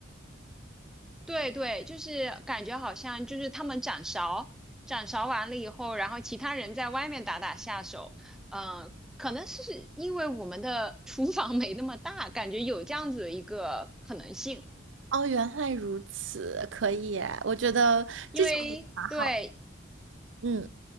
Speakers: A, in the centre; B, on the right (about 85°).
A: <laughs> 对对，就是感觉好像就是他们掌勺，掌勺完了以后，然后其他人在外面打打下手，嗯、可能是因为我们的 <laughs> 厨房没那么大，感觉有这样子的一个可能性，
B: 哦，原来如此，可以耶我觉得这种也蛮好。
A: 因为对
B: 嗯，